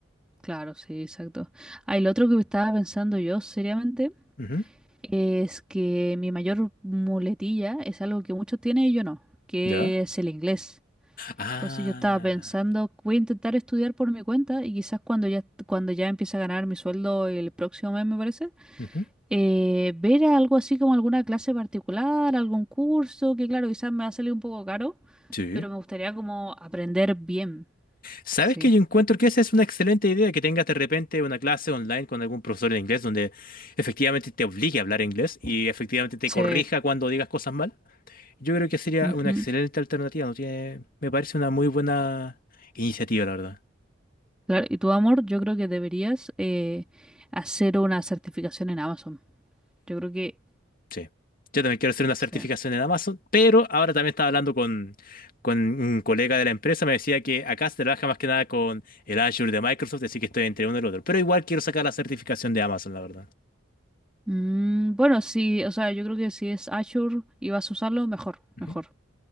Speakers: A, in the centre; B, on the left.
A: Claro, sí, exacto. Ah, y lo otro que estaba pensando yo seriamente
B: Ujú,
A: es que mi mayor muletilla es algo que muchos tienen y yo no, que
B: ¿Ya?
A: es el inglés.
B: Ah,
A: Entonces yo estaba pensando, voy a intentar estudiar por mi cuenta y quizás cuando ya, cuando ya empiece a ganar mi sueldo el próximo mes, me parece,
B: ujú,
A: eh, ver algo así como alguna clase particular, algún curso, que claro, quizás me va a salir un poco caro,
B: sí.
A: pero me gustaría como aprender bien.
B: ¿Sabes
A: Sí.
B: que yo encuentro que esa es una excelente idea, que tengas de repente una clase online con algún profesor de inglés donde efectivamente te obligue a hablar inglés y efectivamente te
A: Sí.
B: corrija cuando digas cosas mal? Yo creo que sería
A: Ujú.
B: una excelente alternativa, no tiene, me parece una muy buena iniciativa, la verdad.
A: Claro, y tu amor, yo creo que deberías eh, hacer una certificación en Amazon. Yo creo que...
B: Sí. Yo también quiero hacer una certificación
A: Sí.
B: en Amazon, pero ahora también estaba hablando con, con un colega de la empresa, me decía que acá se trabaja más que nada con el Azure de Microsoft, así que estoy entre uno y el otro. Pero igual quiero sacar la certificación de Amazon, la verdad.
A: Mm, bueno, sí, o sea, yo creo que si es Azure y vas a usarlo, mejor,
B: Ujú,
A: mejor,